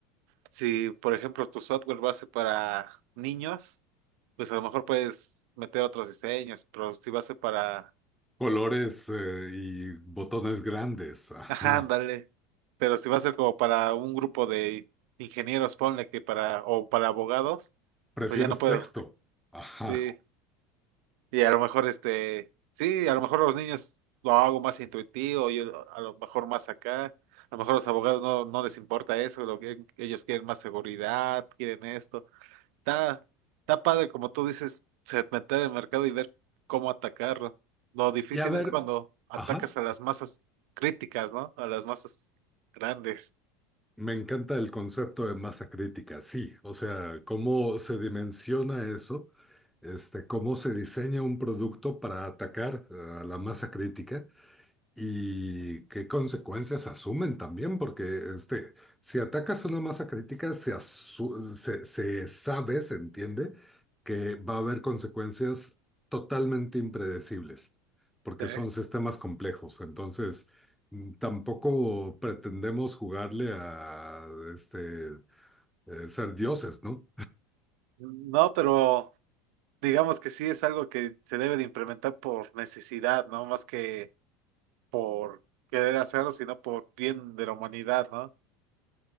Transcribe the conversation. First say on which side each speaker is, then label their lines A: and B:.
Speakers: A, on the right; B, in the centre.
A: si, por ejemplo, tu software va a ser para niños, pues a lo mejor puedes meter otros diseños, pero si va a ser para...
B: Colores, eh, y botones grandes,
A: <laughs>
B: ajá.
A: Ajá, ándale. Pero si va a ser como para un grupo de ingenieros, ponle que para, o para abogados,
B: ¿Prefieres
A: pues ya no puedo.
B: texto? Ajá.
A: Sí, y a lo mejor este, sí, a lo mejor los niños lo hago más intuitivo, yo a lo mejor más acá, a lo mejor los abogados no, no les importa eso, lo que ellos quieren más seguridad, quieren esto. Está, está padre, como tú dices, segmentar el mercado y ver cómo atacarlo. Lo difícil
B: Y a ver,
A: es cuando atacas
B: ajá.
A: a las masas críticas, ¿no? A las masas grandes.
B: Me encanta el concepto de masa crítica, sí. O sea, cómo se dimensiona eso, este, cómo se diseña un producto para atacar, eh, a la masa crítica y qué consecuencias asumen también, porque este, si atacas una masa crítica, se, asu- se, se sabe, se entiende que va a haber consecuencias totalmente impredecibles, porque
A: Sí.
B: son sistemas complejos. Entonces, mm, tampoco pretendemos jugarle a este, eh, ser dioses, ¿no?
A: No, pero digamos que sí es algo que se debe de implementar por necesidad, ¿no? Más que por querer hacerlo, sino por bien de la humanidad, ¿no?